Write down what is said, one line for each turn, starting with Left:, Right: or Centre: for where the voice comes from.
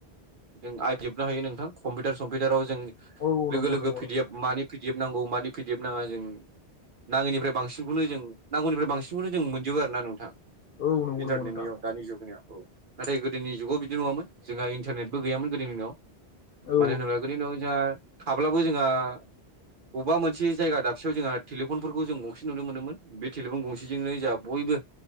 Right: जों आयजोबनो हायो नोंथां कम्पिउटार सम्पिउटाराव जों
Left: औ
Right: लोगो
Left: नंगौ
Right: लोगो
Left: नंगौ
Right: पि
Left: नंगौ
Right: डि एफ मानि पि डि एफ नांगौ मानि पि डि एफ नाङा जों नाङैनिफ्राय बांसिनखौनो जों नांगौनिफ्राय बांसिनखौनो जों मोनजोबो आरोना नोंथां
Left: औ नंगौ
Right: इन्टारनेटनियाव।
Left: नंगौ नोंथां
Right: दानि जुगनियाव औ नाथाय गोदोनि जुगाव बिदि नङामोन जोंहा इन्टारनेटबो गैयामोन गोदोनि दिनाव।
Left: औ
Right: मानो होनोब्ला गोदो दिनाव जोंहा थाब्लाबो जोंहा बबेबा मोनसे जायगा दाबसेयाव जोंहा टेलिफनफोरखौ जों गंसे नुनो मोनोमोन। बे टेलिफन गंसेजोंनो जोंहा बयबो